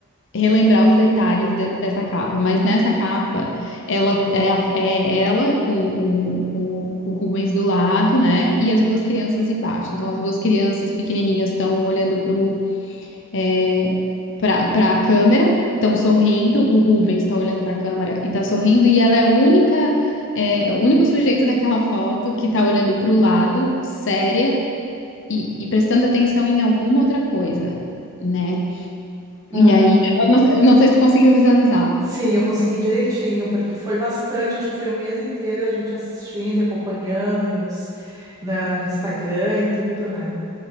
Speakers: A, on the left (about 55°); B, on the right (about 15°).
A: relembrar os detalhes de- dessa capa, mas nessa capa ela é, a- é ela com o, o- o Rubens do lado, né? E as duas crianças embaixo. Então as duas crianças pequenininhas estão olhando pro é, para para a câmera, estão sorrindo. O Rubens está olhando para a câmera e tá sorrindo. E ela é a única é, o único sujeito daquela foto que tá olhando pro lado, séria e, e prestando atenção em alguma outra coisa, né?
B: Aham.
A: E aí, eu não, eu não sei se tu conseguiu visualizar.
B: Sim, eu consegui direitinho, porque foi bastante, acho que foi um mês inteiro a gente assistindo e acompanhando e nos, na, no Instagram e tudo, né?